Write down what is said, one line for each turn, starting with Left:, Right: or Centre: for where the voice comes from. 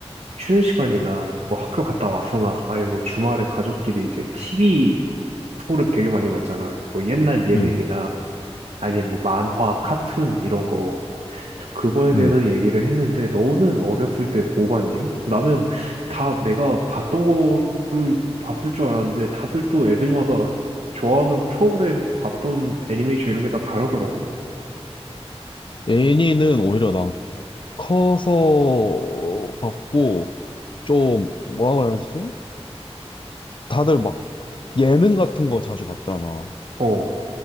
Right: 쉬는 시간이나 뭐 학교 갔다 와서나, 아니 뭐 주말에 가족끼리 이제 TV 프로그램 되게 많이 봤잖아. 뭐 옛날 예능이나,
Left: 음,
Right: 아니, 뭐, 만화, 카툰, 이런 거. 저 그거에
Left: 음.
Right: 대해서 얘기를 했는데, 너는 어렸을 때 뭐 봤니? 나는 다 내가 봤던 거를 봤을 줄 알았는데, 다들 또 애들마다 좋아하는 프로그램 봤던 애니메이션 이런 게 다 다르더라고.
Left: 애니는 오히려 난 커서 봤고, 좀, 뭐라 그래야지? 다들 막 예능 같은 거 자주 봤잖아.
Right: 어,